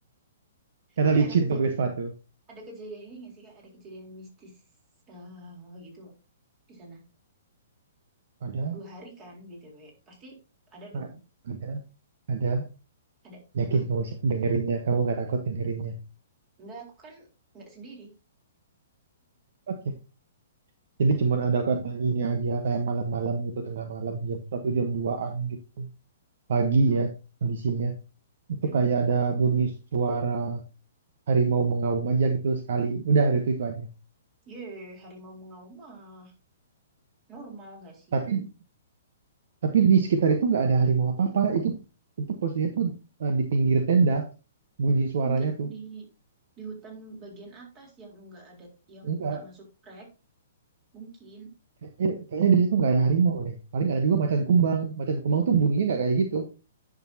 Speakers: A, on the right; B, on the right.
A: <laughs> karena
B: Tapi
A: licin
B: ada kejadian
A: kalau pakai sepatu
B: ada kejadian ini nggak sih Kak? Ada kejadian mistis eh, gitu nggak di sana.
A: ada
B: Dua hari kan BTW. Pasti ada
A: Kak.
B: dong.
A: ada ada
B: Ada
A: yakin
B: apa?
A: kamu sih dengerinnya kamu nggak takut dengerinnya
B: Nggak, aku kan nggak sendiri.
A: oke jadi cuman ada karena ini aja kayak malam-malam gitu tengah malam jam satu jam duaan gitu pagi
B: Nah,
A: ya kondisinya itu
B: hmm.
A: kayak ada bunyi suara harimau mengaum aja gitu sekali udah ada itu itu aja
B: Ye, harimau mengaumah. Normal nggak sih?
A: tapi tapi di sekitar itu nggak ada harimau apa apa itu itu posisinya tuh eh, di pinggir tenda bunyi suaranya
B: Mungkin
A: tuh
B: di di hutan bagian atas yang enggak ada yang
A: enggak
B: enggak masuk trek, mungkin
A: kayaknya, kayaknya di situ nggak ada harimau deh paling ada juga macan kumbang macan kumbang tuh bunyinya nggak kayak gitu